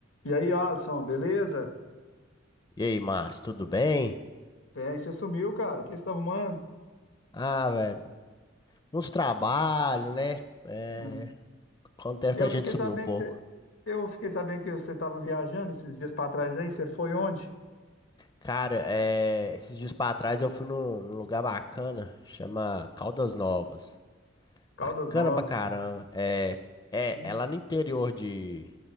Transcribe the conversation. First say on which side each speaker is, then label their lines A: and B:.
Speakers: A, on the left; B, on the left.
A: E aí, Alisson, beleza?
B: E aí, Márcio, tudo bem?
A: Bem, você sumiu, cara. O que você tá arrumando?
B: Ah, velho, uns trabalhos, né? É,
A: Ah,
B: acontece
A: Eu
B: da gente
A: fiquei
B: sumir
A: sabendo
B: um pouco.
A: que você, eu fiquei sabendo que você estava viajando esses dias para trás aí. Você foi onde?
B: Cara, é, esses dias pra trás eu fui num, num lugar bacana, chama Caldas Novas.
A: Caldas
B: Bacana
A: Novas.
B: pra caramba. É, é,
A: Ó,
B: é lá no interior de,